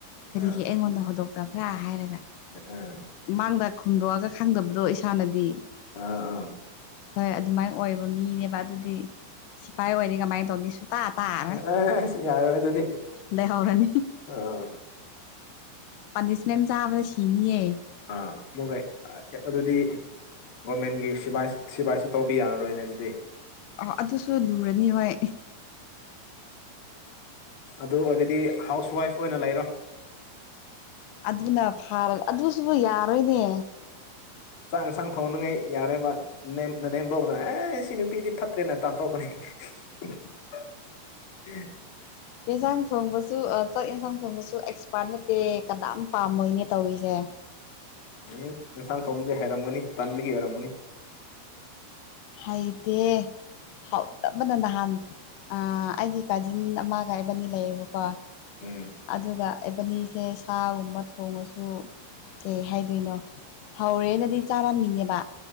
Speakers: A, on the left (about 80°); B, on the left (about 50°).
A: ꯀꯔꯤꯒꯤ
B: ꯑꯥ
A: ꯑꯩꯉꯣꯟꯗ ꯍꯧꯗꯣꯛꯇꯕ꯭ꯔꯥ ꯍꯥꯏꯔꯒ
B: ꯑꯥ
A: ꯃꯥꯡꯗ ꯈꯣꯝꯗꯣꯛꯑꯒ ꯈꯪꯗꯕꯗꯣ ꯏꯁꯥ ꯍꯥꯟꯅꯗꯤ
B: ꯑꯥ
A: ꯍꯣꯏ ꯑꯗꯨꯃꯥꯏꯅ ꯑꯣꯏꯕ ꯃꯤꯅꯦꯕ ꯑꯗꯨꯗꯤ ꯁꯤꯐꯥꯏ ꯑꯣꯏꯔ ꯀꯃꯥꯏꯅ ꯇꯧꯅꯤ ꯁꯨꯇꯥ ꯇꯥꯔꯦ
B: ꯑꯥ ꯑꯁ ꯌꯥꯔꯔꯣꯏ ꯑꯗꯨꯗꯤ
A: ꯂꯩꯍꯥꯎꯔꯅꯤ
B: ꯑꯥ
A: ꯄꯥꯅꯤꯁꯃꯦꯟ ꯆꯥꯕꯗ ꯁꯤꯅꯤꯌꯦ
B: ꯑꯥ ꯃꯨꯡꯒꯥꯏ ꯑꯗꯨꯗꯤ ꯒꯣꯔꯃꯦꯟꯒꯤ ꯁꯤ ꯁꯤꯐꯥꯏꯁꯤ ꯇꯧꯕ ꯌꯥꯔꯔꯣꯏꯅꯦ ꯑꯗꯨꯗꯤ
A: ꯑ ꯑꯗꯨꯁꯨ ꯂꯨꯔꯅꯤ ꯍꯣꯏ
B: ꯑꯗꯨ ꯑꯣꯏꯔꯗꯤ ꯍꯥꯎꯁ ꯋꯥꯏꯐ ꯑꯣꯏꯅ ꯂꯩꯔꯣ
A: ꯑꯗꯨꯅ ꯐꯥꯔ ꯑꯗꯨꯁꯨꯕꯨ ꯌꯥꯔꯣꯏꯅꯦ
B: ꯆꯥꯡ ꯏꯟꯁꯥꯡ ꯊꯣꯡꯅꯉꯩ ꯌꯥꯔꯕ ꯅꯦꯝꯕꯧꯅ ꯑꯦ ꯁꯤ ꯅꯨꯄꯤꯗꯤ ꯐꯠꯇ꯭ꯔꯦꯅ ꯇꯥꯟꯊꯣꯛ <unintelligible>
A: ꯌꯦꯟꯁꯥꯡ ꯊꯣꯡꯕꯁꯨ ꯆꯥꯛ ꯌꯦꯟꯁꯥꯡ ꯊꯣꯡꯕꯁꯨ ꯑꯦꯛꯁꯄꯥꯔꯠ ꯅꯠꯇꯦ ꯀꯅꯥꯝ ꯄꯥꯝꯃꯣꯏꯅꯦ ꯇꯧꯔꯤꯁꯦ
B: ꯎꯝ ꯑꯦꯟꯁꯥꯡ ꯊꯣꯡꯕꯗꯤ ꯍꯥꯏꯔꯝꯒꯅꯤ ꯇꯟꯕꯒꯤ ꯑꯣꯏꯔꯝꯒꯅꯤ
A: ꯍꯥꯏꯩꯗꯦ ꯍꯥꯎ ꯇꯞ ꯑꯃꯅ ꯅꯍꯥꯟ ꯑꯩꯒꯤ ꯀꯥꯖꯤꯟ ꯑꯃꯒꯥꯏꯕꯅꯤ ꯂꯩꯌꯦꯕꯀꯣ
B: ꯎꯝ
A: ꯑꯗꯨꯒ ꯑꯦꯕꯅꯤꯁꯦ ꯁꯥꯒꯨꯝꯕ ꯊꯣꯡꯉꯁꯨ ꯀꯩ ꯍꯥꯏꯗꯣꯏꯅꯣ ꯍꯧꯔꯦꯅꯗꯤ ꯆꯥꯔꯝꯃꯤꯅꯦꯕ